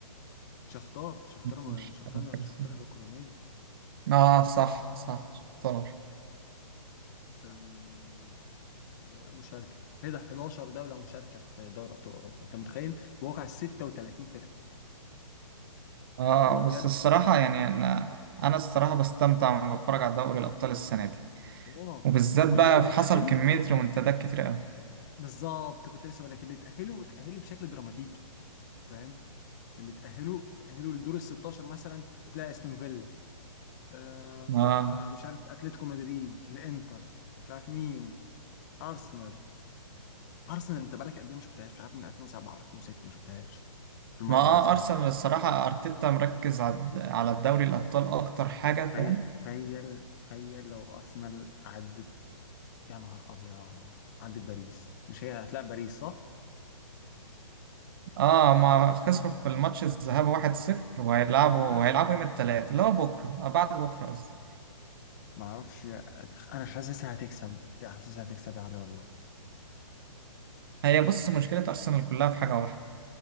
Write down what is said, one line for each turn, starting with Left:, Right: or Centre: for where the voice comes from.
Left: شختار شختار
Right: مش
Left: شختار
Right: فاكر الصراحة.
Left: شختار الاوكرانيه
Right: آه صح صح شفت دولار
Left: آه، مشاركه كده 11 دوله مشاركه في دوري ابطال اوروبا انت متخيل واقع 36 فرقه
Right: آه
Left: والله بجد
Right: بس الصراحة يعني أنا أنا الصراحة بستمتع وأنا بتفرج على دوري الأبطال السنة دي
Left: اه
Right: وبالذات
Left: واللي
Right: بقى
Left: اللي
Right: في
Left: تأهله
Right: حصل كمية
Left: اللي تأهله
Right: ريمونتادات كتير أوي
Left: بالظبط كنت لسه بقول لك اللي تأهله تأهله بشكل دراماتيكي فاهم اللي تأهله تأهله لدور ال 16 مثلا هتلاقي استون فيلا آه
Right: ما
Left: مش عارف اتلتيكو مدريد الانتر مش عارف مين ارسنال ارسنال انت بقالك قد ايه ما شفتهاش مش عارف من 2007 2006 ما شفتهاش في المربع
Right: ما آه
Left: الذهبي
Right: أرسنال الصراحة أرتيتا مركز على على الدوري الأبطال أكتر حاجة فاهم
Left: تخيل تخيل تخيل لو ارسنال عدت يا نهار ابيض عدت باريس مش هي هتلاقي باريس صح؟
Right: اه ما خسروا في الماتش الذهاب 1-0 وهيلعبوا
Left: ما انا عارف
Right: هيلعبوا يوم الثلاث اللي هو بكرة آه بعد بكرة قصدي
Left: ما اعرفش انا حاسسها هتكسب حاسسها هتكسب يا علي والله
Right: هي بص مشكلة أرسنال كلها في حاجة واحدة